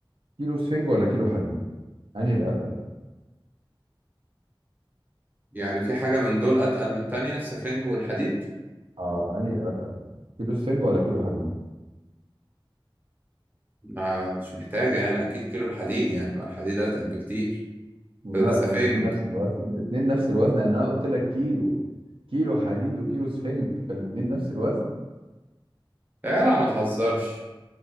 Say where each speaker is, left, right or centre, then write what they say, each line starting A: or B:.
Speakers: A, on the right; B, on the right.
A: كيلو سفنج ولا كيلو حديد انهي الاتقل
B: يعني في حاجة من دول أتقل من التانية السفنج والحديد
A: اه انهي الاتقل كيلو سفنج ولا كيلو حديد
B: ما مش محتاجة يعني أكيد كيلو الحديد يعني ما الحديد أتقل بكتير
A: لا
B: ده ده سفنج
A: الاثنين نفس الوزن الاثنين نفس الوزن يعني انا قلت لك كيلو كيلو حديد وكيلو سفنج فالاثنين نفس الوزن
B: يا جدع ما تهزرش